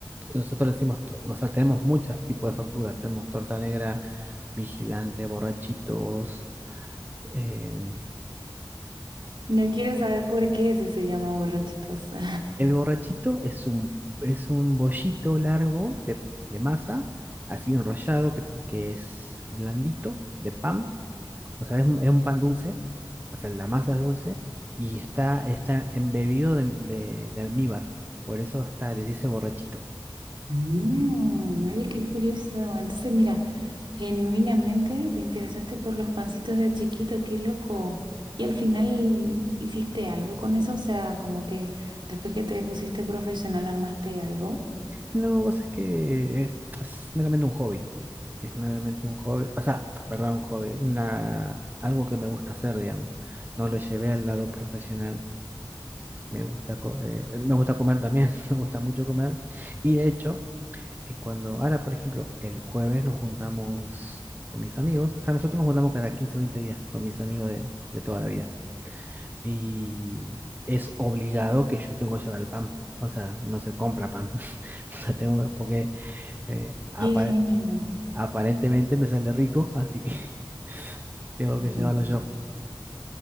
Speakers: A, on the right (about 25°); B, on the right (about 70°).
A: Nosotros le decimos, to- o sea, tenemos muchos tipos de facturas, tenemos torta negra, vigilante, borrachitos em,
B: no quiero saber por qué ese se llama borrachitos. <laughs>
A: El borrachito es un, es un bollito largo de, de masa, así enrollado, que, que es blandito, de pan. O sea, es, un es un pan dulce. O sea, la masa es dulce y está, está embebido de, de- de almíbar. Por eso está, les dice borrachito.
B: Mm, oye, qué curioso. Entonces, mira, genuinamente te interesaste por los pancitos de chiquito, qué loco. Y al final hiciste algo con eso, o sea, como que después que te pusiste profesional armaste algo.
A: No, vos es que es, es meramente un hobby. Es meramente un hobby. O sea, perdón, un hobby. Una, algo que me gusta hacer, digamos. No lo llevé al lado profesional Me gusta, co- eh, me gusta comer también, <laughs> me gusta mucho comer. Y de hecho, eh, cuando ahora, por ejemplo, el jueves nos juntamos con mis amigos, o sea, nosotros nos juntamos cada 15 o 20 días con mis amigos de, de toda la vida. Y es obligado que yo tengo que llevar el pan. O sea, no se compra pan. <laughs> Lo tengo que- porque eh, apa-
B: Qué genio.
A: aparentemente me sale rico, así que <laughs> tengo
B: Ujú.
A: que llevarlo yo.